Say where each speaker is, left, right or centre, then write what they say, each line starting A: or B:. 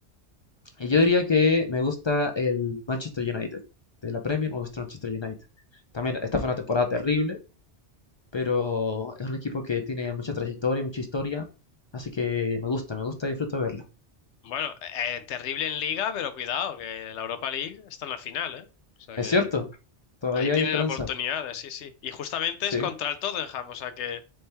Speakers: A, on the left; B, on the left.
A: Y yo diría que me gusta el Manchester United. De la Premier me gusta el Manchester United. También esta fue una temporada terrible, pero es un equipo que tiene mucha trayectoria y mucha historia. Así que me gusta, me gusta y disfruto de verlo.
B: Bueno, eh, terrible en liga, pero cuidado, que la Europa League está en la final, ¿eh? O sea
A: Es
B: que
A: cierto, todavía
B: ahí tienen
A: hay esperanza.
B: oportunidades, sí, sí. Y justamente
A: Sí.
B: es contra el Tottenham, o sea que